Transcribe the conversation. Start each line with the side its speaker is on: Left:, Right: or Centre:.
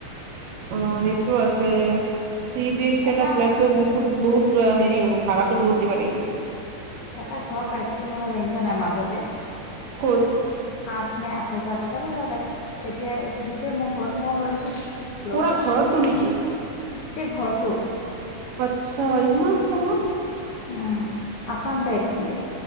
Right: অ সেইটো আছেিচ কেটা
Left: এটা
Right: ফ্লাইটো বুত বহুত হেৰি হ'ব ভাড়াতটো বহুত দিব লাগিব
Left: এটা ঘৰ পাইছিলোঁ নহয় জানিছা নাই মাজতে
Right: ক'ত
Left: সাত নে আঠ হোজাৰ টকা দি হালে তেতিয়া এইটো গোটেই মোৰ ঘটো মই ভাবিছিলো লৈ
Right: পুৰা
Left: ল'ম
Right: ঘৰটো
Left: মক গোটেই
Right: নেকি
Left: ঘৰটো
Right: আচ্ছা ইমান কময়ত
Left: উম আসাম টাইপ প্লেট